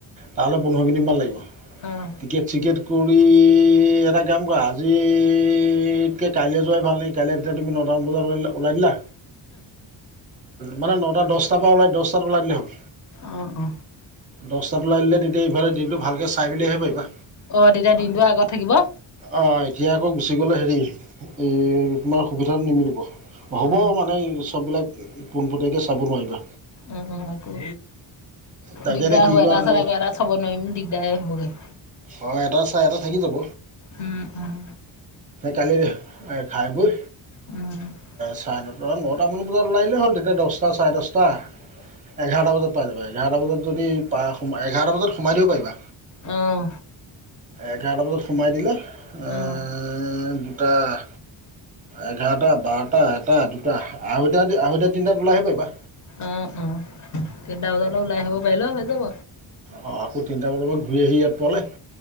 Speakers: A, on the right; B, on the left.
A: তাহ'লে পোন্ধৰ মিনিটমান লাগিব
B: অ
A: টিকেট চিকেট কৰি এটা কাম কৰা আজিতকৈ কাইলৈ যোৱাই ভাল নেকি কাইলৈ এতিয়া তুমি নটামান বজাত লৈলা ওলাই দিলা মানে নটা দশটাৰ পৰা ওলাই দহটাত ওলাই দিলে হ'ল।
B: অ অ
A: দশটাত ওলাই দিলে তেতিয়া ইফালে দিনটো ভাল চাই মেলিহে পাৰিবা
B: অ তেতিয়া দিনটো আগত থাকিব অ
A: অ, এতিয়া আকৌ গুচি গলে হেৰি এই তোমাৰ সুবিধাটো নিমিলিব হ'ব
B: অ
A: মানে চববিলাক পোনপটীয়াকৈ চাব নোৱাৰিবা।
B: উম - উম আকৌ
A: তাকে
B: দিগদাৰ
A: এতিয়া কি
B: হ'ব
A: কৰা
B: এটা,
A: তোমালোক
B: এটা চাব নোৱাৰিম দিগদাৰ হ'বগৈ।
A: অ, এটা চাই এটা থাকি যাব।
B: উম উম
A: কালি ঘাই বৈ
B: উম
A: চাৰে নট মান এটামান বজাত ওলাই দিলে হ'ল তেতিয়া দশটা চাৰে দশটা এঘাৰটা বজাত। পাই যাবা এঘাৰটা বজাত যদি পা এঘাৰটা বজাত সোমাই দিব পাৰিবা।
B: উম
A: এঘাৰটা বজাত সোমাই দিলে আহ,
B: অ অ
A: টাহ, এঘাৰটা বাৰটা এটা দুটা আঢ়ৈটা - আঢ়ৈটা তিনিটাত ওলাই আহিব পাৰিবা।
B: অ', অ', তিনিটা বজালে ওলাই আহিব পাৰিলে হৈ যাব।
A: অ, আকৌ তিনিটা বজাৰ পৰা ঘূৰি আহি ইয়াত পোৱালে